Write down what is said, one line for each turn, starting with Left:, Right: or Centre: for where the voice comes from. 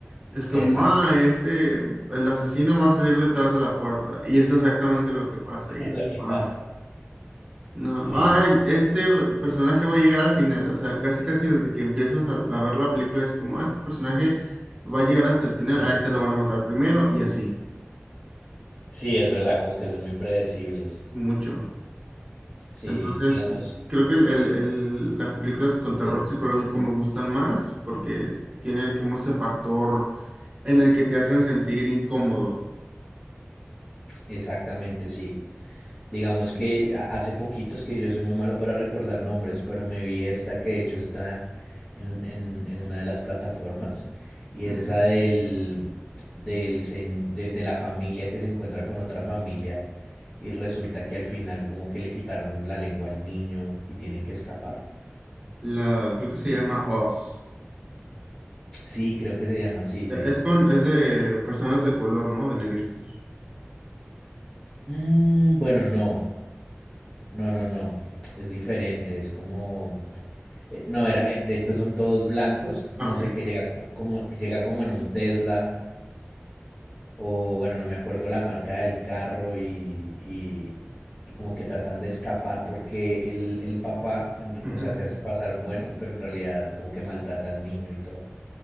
Right: Es como,
Left: Exacto,
Right: ah, este, el asesino va a salir detrás de la puerta y es exactamente lo que pasa
Left: <laughs>
Right: y
Left: es
Right: es,
Left: lo que pasa.
Right: ah. No,
Left: Sí,
Right: ay, este personaje va a llegar al final, o sea, casi casi desde que empiezas a, a ver la película es como, ah, este personaje va a llegar hasta el final,
Left: sí.
Right: a este lo van a matar primero y así,
Left: Sí, es verdad, como que son muy predecibles.
Right: es mucho.
Left: Sí,
Right: Entonces,
Left: digamos.
Right: creo que el- el- el- las películas con terror
Left: Sí.
Right: psicológico me gustan más porque tiene como ese factor en el que te hacen sentir incómodo.
Left: Exactamente, sí. Digamos que a- hace poquito, es que yo soy muy malo para recordar nombres, pero me vi esta que de hecho está en, en- en una de las plataformas y
Right: Ujú.
Left: es esa del, del sen- de, de la familia que se encuentra con otra familia y resulta que al final como que le quitaron la lengua al niño y tienen que escapar.
Right: La, creo que se llama Oz.
Left: Sí, creo que se llama así, sí.
Right: E- Es con, es de personas de color, ¿no? De negritos.
Left: Mm, bueno, no, no, no, no, es diferente, es como... Eh, no, era, eh, de hecho son todos blancos,
Right: Ok.
Left: no sé, que llega co- como, que llega como en un Tesla, o bueno, no me acuerdo la marca del carro y, y- y como que tratan de escapar porque el, el papá, en r-
Right: Ujú.
Left: o sea, se hace pasar bueno, pero en realidad como que maltrata al niño y todo.